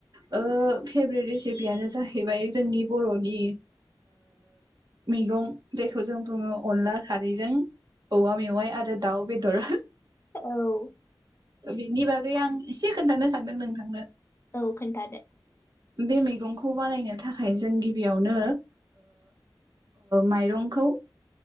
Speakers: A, on the right; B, on the left.
A: फेभ्रेट रेसिपियनो जाहैबाय जोंनि बर'नि मैगं जायखौ जों बुङो अनला खारैजों औवा मेवाइ आरो दाउ बेदर।
B: औ।
A: बेनि बागै आं एसे खोन्थानो सानदों नोंथांनो। औ।
B: औ खोन्थादो
A: बे मैगंखौ बानायनो थाखाय जों गिबियावनो माइरंखौ